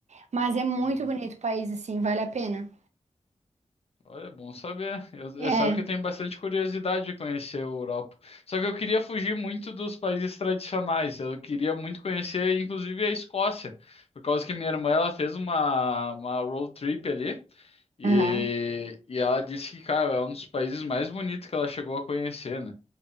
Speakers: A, on the right (about 80°); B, on the left (about 60°).
A: Mas é muito
B: uhum.
A: bonito o país, assim, vale a pena.
B: Olha, é bom saber. Eu,
A: É,
B: eu sabe que eu tenho bastante curiosidade de conhecer a Europa. Só que eu queria fugir muito dos países tradicionais. Eu queria muito conhecer, inclusive, a Escócia, por causa que minha irmã ela fez uma, uma road trip ali e,
A: aham.
B: e ela disse que, cara, é um dos países mais bonitos que ela chegou a conhecer, né?